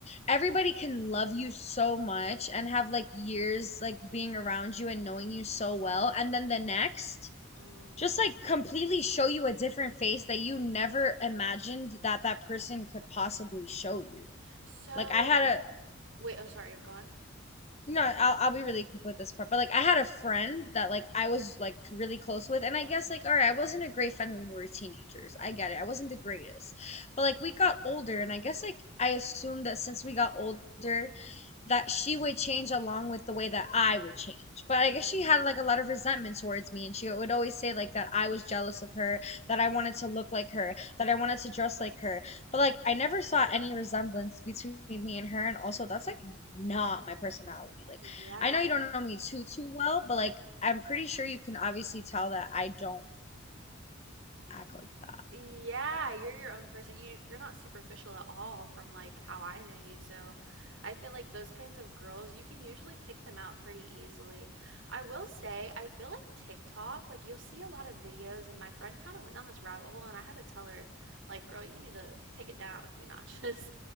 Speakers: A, on the left (about 30°); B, on the right (about 65°).
A: everybody can love you so much and have like years like being around you and knowing you so well and then the next
B: Mm.
A: just like completely show you a different face that you never imagined that that person could possibly show you.
B: So,
A: Like I had
B: wait, oh sorry, go on.
A: no, I'll I'll be really quick with this part. But like I had a friend that like I was like really close with and I guess like all right, I wasn't a great friend when we were teenagers. I get it. I wasn't the greatest. But like we got older and I guess like I assumed that since we got older that she would change along with the way that I would change. But
B: Mm,
A: I guess she had like a lot of resentment towards me, and she would always say like that I was jealous of her, that I wanted to look like her, that I wanted to dress like her. But like I never saw any resemblance between me and her, and also that's like not my personality. Like
B: yeah.
A: I know you don't know me too too well, but like I'm pretty sure you can obviously tell that I don't act like that.
B: Yeah, you're your own person. You you're not superficial at all from like how I know you. So I feel like those kinds of girls, you can usually pick them out pretty easily. I will say, I feel like TikTok, like you'll see a lot of videos and my friend kind of went down this rabbit hole and I had to tell her like, girl, you need to take it down a few <laughs> notches